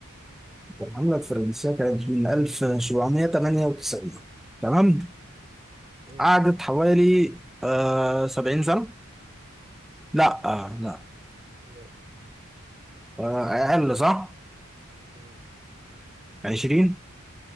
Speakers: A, in the centre; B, on the right (about 25°).
A: الحملة الفرنسية كانت من 1798 تمام
B: مم.
A: قعدت حوالي آه 70 سنة لا آه لا
B: لا
A: آه أقل صح
B: مم.
A: 20